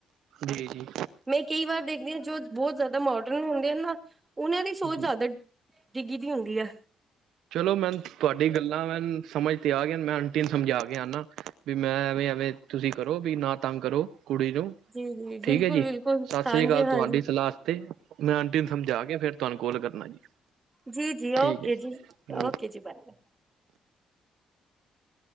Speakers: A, on the right; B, on the right.
A: ਜੀ-ਜੀ।
B: ਮੈਂ ਕਈ ਵਾਰ ਦੇਖਦੀ ਆਂ ਜੋ ਬੋਤ ਜ਼ਾਦਾ ਮੋਡਰਨ ਹੁੰਦੇ ਆ ਨਾ ਓਨਾਂ ਦੀ ਸੋਚ
A: ਜੀ
B: ਜਾਦਾ ਡਿੱਗੀ ਦੀ ਹੁੰਦੀ ਐ।
A: ਚਲੋ ਮੈਨੂੰ ਤੁਆਡੀ ਗੱਲ ਤਾਂ ਮੈ ਸਮਝ ਤੇ ਆ ਗਿਆ ਮੈਂ ਅੰਟੀ ਨੂੰ ਸਮਝਾ ਕੇ ਆਨਾ ਵੀ ਮੈਂ ਐਵੇਂ-ਐਵੇਂ ਤੁਸੀਂ ਕਰੋ ਵੀ ਨਾ ਤੰਗ ਕਰੋ ਕੁੜੀ ਨੂੰ।
B: ਜੀ ਜੀ
A: ਠੀਕ
B: ਬਿਲਕੁਲ
A: ਐ ਜੀ,
B: ਬਿਲਕੁਲ
A: ਸਸ
B: ਹਾਂਜੀ
A: ਰੀ ਕਾਲ
B: ਹਾਂਜੀ
A: ਤੁਆਡੀ ਸਲਾਹ ਆਸਤੇ, ਮੈਂ ਆਂਟੀ ਨੂੰ ਸਮਝਾ ਕੇ ਫੇਰ ਤਾਨੂੰ ਕੋਲ ਕਰਨਾ ਜੀ।
B: ਜੀ-ਜੀ ਓਕੇ
A: ਠੀਕ ਹੈ
B: ਜੀ, ਓਕੇ ਜੀ ਬਾਏ-ਬਾਏ।